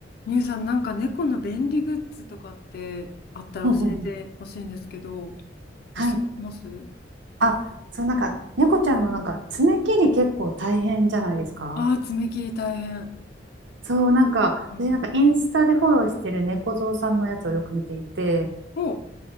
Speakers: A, on the left (about 55°); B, on the right (about 75°).
A: みゆさん、なんか猫の便利グッズとかってあったら教えてほしいんですけど、
B: うんうんうん。はい。
A: おすすめします
B: あ、そう、なんか、猫ちゃんのなんか、爪切り結構大変じゃないですか
A: ああー、爪切り大変。
B: そう、なんか、
A: うん。
B: 私なんかインスタでフォローしてる猫蔵さんのやつをよく見ていて、
A: おう。